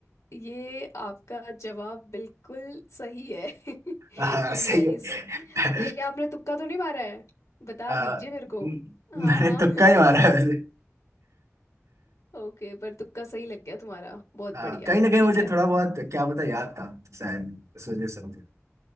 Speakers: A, on the left; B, on the right.
A: ये आपका जवाब बिल्कुल सही है <laughs>
B: हाँ सही
A: नाइस
B: है
A: तो ये आपने तुक्का तो नहीं मारा है बता
B: आ,
A: दीजिए मेरे को
B: म-
A: हाँ
B: मैंने
A: हाँ
B: तुक्का ही मारा
A: <laughs>
B: है वैसे
A: ओके पर तुक्का सही लग गया तुम्हारा बहुत
B: हाँ
A: बढ़िया
B: कहीं ना कहीं
A: ठीक
B: मुझे
A: है
B: थोड़ा बहुत क्या पता याद था तो शायद इस वजह से हो गया।